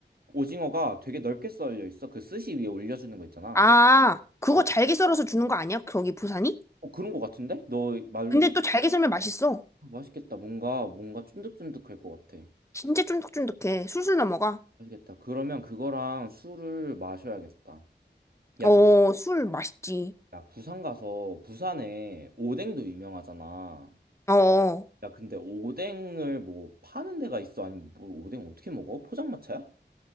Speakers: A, on the right; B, on the left.
A: 오징어가 되게 넓게 썰려 있어. 그 스시 위에 올려주는 거 있잖아.
B: 아, 그거
A: 어,
B: 잘게 썰어서 주는 거 아니야? 거기 부산이?
A: 어, 그런 거 같은데? 너 말로
B: 근데
A: 다-
B: 또 잘게 썰면 맛있어.
A: 어, 맛있겠다. 뭔가 뭔가 쫀득쫀득할 것 같아.
B: 진짜 쫀득쫀득해. 술술 넘어가.
A: 맛있겠다. 그러면 그거랑 술을 마셔야겠다. 야,
B: 어, 술 맛있지.
A: 야, 부산 가서 부산에 오뎅도 유명하잖아.
B: 어,
A: 야, 근데 오뎅을 뭐 파는 데가 있어? 아니면 뭐 오뎅 어떻게 먹어? 포장마차야?